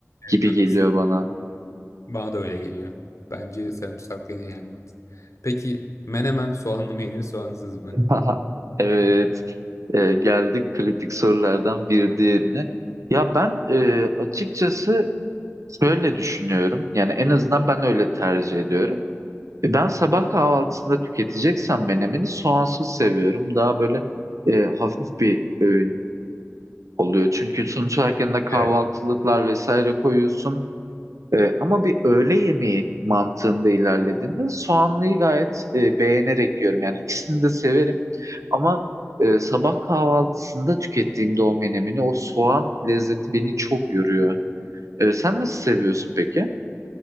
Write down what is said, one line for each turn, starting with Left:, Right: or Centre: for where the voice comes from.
Right: gibi
Left: evet haklısın.
Right: geliyor bana.
Left: Bana da öyle geliyor. Bence sarımsaklı en iyi emanet. Peki menemen soğanlı mı yenir soğansız mı?
Right: <laughs> Haha, Evet, Ee, geldik kritik sorulardan bir diğerine. Ya ben e, açıkçası şöyle düşünüyorum. Yani en azından ben öyle tercih ediyorum. E, Ben sabah kahvaltısında tüketeceksem menemeni soğansız seviyorum. Daha böyle e, hafif bir öğün oluyor. Çünkü sonuç olarak yanına kahvaltılıklar
Left: Evet.
Right: vesaire koyuyorsun. E, ama bir öğle yemeği mantığında ilerlediğinde soğanlıyı gayet e, beğenerek yiyorum. Yani ikisini de severim. Ama e, sabah kahvaltısında tükettiğimde o menemini, o soğan lezzeti beni çok yoruyor. E, sen nasıl seviyorsun peki?